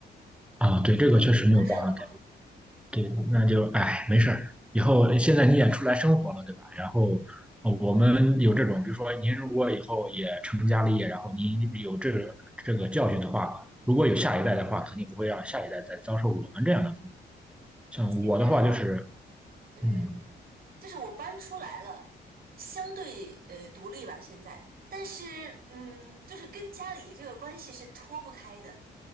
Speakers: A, on the right; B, in the centre.
A: 嗯，
B: 啊，对，
A: 只能只能认了吧。
B: 这个确实没有办法改变对，那就哎，没事儿，以后现在你也出来生活了，对吧？然后呃我们有这种，比如说您如果以后也成家立业，然后您有这个这个教训的话，如果有下一代的话，肯定不会让下一代再遭受我们这样的。像我的话就是，
A: 其实哈，呃，
B: 嗯，
A: 就是我搬出来了，相对呃独立吧，现在，但是嗯，就是跟家里这个关系是脱不开的，